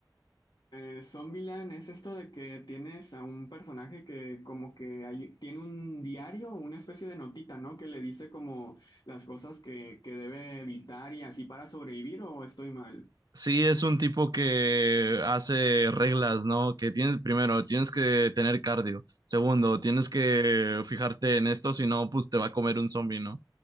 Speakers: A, on the left; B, on the right.
A: Eh, Zombieland es esto de que tienes a un personaje que como que hay- tiene un diario, una especie de notita, ¿no? Que le dice como las cosas que, que debe evitar y así para sobrevivir o estoy mal.
B: Sí, es un tipo que hace reglas, ¿no? Que tienes, primero, tienes que tener cardio. Segundo, tienes que fijarte en esto, si no, pues te va a comer un zombie, ¿no?